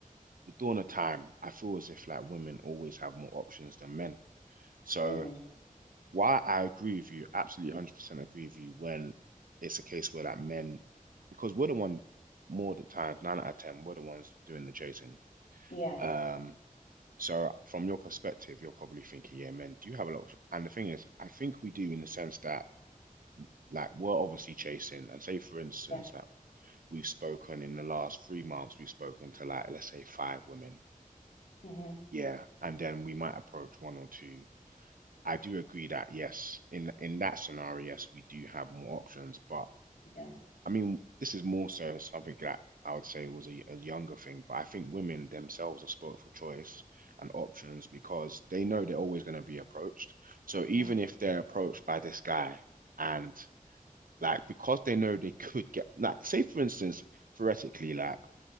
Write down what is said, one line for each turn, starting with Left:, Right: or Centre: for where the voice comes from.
Right: dawn of time, I feel as if like women always have more options than men. So
Left: Mm.
Right: while I agree with you, absolutely 100% agree with you when it's a case where like men, because we're the one more the times, nine out of 10, we're the ones doing the chasing.
Left: Yeah,
Right: Um, so from your perspective, you're probably thinking, yeah, men do have a lot of, and the thing is, I think we do in the sense that like we're obviously chasing, and say for instance,
Left: yeah,
Right: like we've spoken in the last three months, we've spoken to like let's say five women,
Left: hmm
Right: Yeah, and then we might approach one or two. I do agree that yes, in in that scenario, yes, we do have more options. But
Left: yeah,
Right: I mean, this is more so something that I would say was a, a younger thing. But I think women themselves are spoilt for choice and options because they know they're always going to be approached. So even
Left: <laughs>
Right: if they're approached by this guy and like because they know they could get like say for instance, theoretically, like